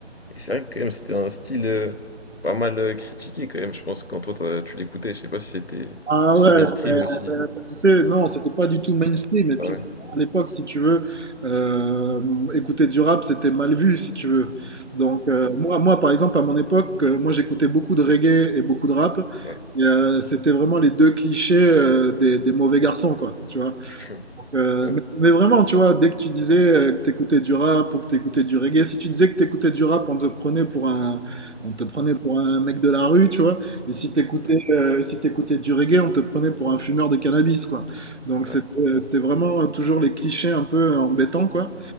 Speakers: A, on the left; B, on the right.
A: Et c'est vrai que quand même c'était un style euh, pas mal euh, critiqué quand même, je pense, quand toi t'as- tu l'écoutais, je sais pas si c'était
B: Ah
A: aussi
B: ouais,
A: mainstream
B: mais,
A: aussi.
B: euh, tu sais, non, c'était pas du tout mainstream. Et
A: Ah
B: puis,
A: ouais,
B: à l'époque, si tu veux, euh, écouter du rap, c'était mal vu, si tu veux. Donc, euh, moi, moi, par exemple, à mon époque, euh, moi, j'écoutais beaucoup de reggae et beaucoup de rap.
A: ouais,
B: Et, euh, c'était vraiment les deux clichés, euh, des, des mauvais garçons, quoi, tu vois.
A: <laughs> <clears throat>
B: Euh,
A: ouais,
B: mais, mais vraiment, tu vois, dès que tu disais euh, que t'écoutais du rap ou que t'écoutais du reggae, si tu disais que t'écoutais du rap, on te prenait pour un, on te prenait pour un mec de la rue, tu vois. Et si t'écoutais,
A: mhm,
B: euh, si t'écoutais du reggae, on te prenait pour un fumeur de cannabis, quoi. Donc
A: ouais,
B: c'était, euh, c'était vraiment euh, toujours les clichés un peu embêtants, quoi.